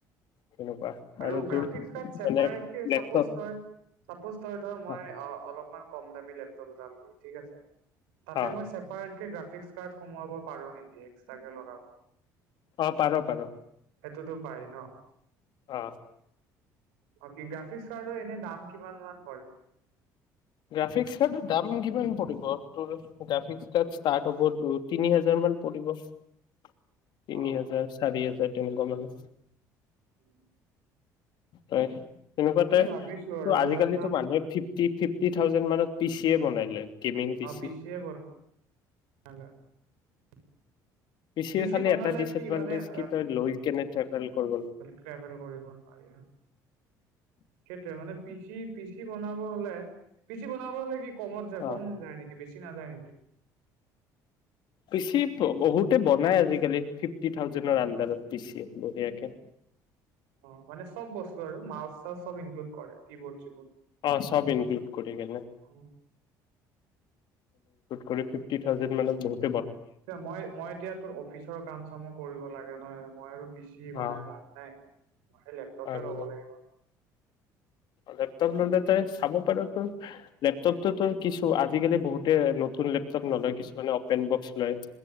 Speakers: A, on the left; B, on the right.
A: তেনেকুৱা
B: আৰু গ্ৰাফিক
A: তোৰ
B: কাৰ চেপাৰেট
A: মানে
B: কে
A: লেপটপ
B: চাপোচ তই চাপোচ তই ধৰ মই
A: অ
B: অলপ <unintelligible> কম। দামি লেপটপ এটা ললো ঠিক আছে, তাতে
A: অ
B: মই চেপাৰেট গ্ৰাফিক্স কাৰ্ড সোমাব পাৰো নেকি। তাকে লগাব।
A: অ' পাৰ পাৰ।
B: সেইটোতো পাৰি ন
A: অ'।
B: অ' গ্ৰাফিক্স কাৰ্ডৰ এনে দাম কিমান মান পৰে।
A: গ্ৰাফিক্স কাৰ্ডৰ দাম কিমান পৰিব তোৰ গ্ৰাফিক্স হব দু তিনি হাজাৰ মান পৰিব। তিনি
B: অ',
A: হাজাৰ চাৰি হাজাৰ। <unintelligible>
B: উম।
A: তই তেনেকুৱা তই
B: ভাবিছো আৰু
A: ত আজিকালিটো
B: যে তাত
A: মানুহে ফিফটি ফিফটি। কি থাউজেণ্ড মানত পি চি য়ে বনাই দিলে হ'লে। গেমিং পি
B: অ',
A: ছি।
B: পিচিয়ে <unintelligible> পি
A: চিৰ
B: চি
A: খালি
B: বনালে
A: এটা ডিচএডভানটেজ
B: কি মানে <unintelligible>
A: কি তই লৈ কেনে ট্ৰেভেল কৰিব
B: কৰিব নোৱাৰি আৰু সেইটোৱে মানে পি চি পি চি বনাব হলে পি চি বনাব হলে কি ক'মত যায়
A: অ
B: কম যায় নেকি বেছ গুচি নাযায় নেকি।
A: পিচি ব-বহুতে বনাই আজিকালি ফিফটি থাউজেডৰ আডাৰত পিচি বঢ়িয়াকে।
B: অ, মানে চব বস্তু আৰু মাউছ-চাইছ চব ইনক্লুড কৰে কি বৰ্ড চি বৰ্ড
A: অ, চব ইনক্লুড কৰি কেনে
B: অ',
A: কৰি ফিফটি থাউছেন মানত বহুত
B: মই-মই এতিয়া তোৰ অফিচৰ কাম-চামো কৰিব লাগ নহয় মই আৰু। বেছি বনাই
A: অ
B: লাভ নাই। হে লেপটপহে
A: আৰু
B: ল'ব লাগিব।
A: লেপটপ ল'লে। তই চাব পাৰ তো। লেপটপটোতো তোৰ কিছু আজিকালি বহুতে নতুন লেপটপ নলয় কিছুমানে অপেন বক্স লয়।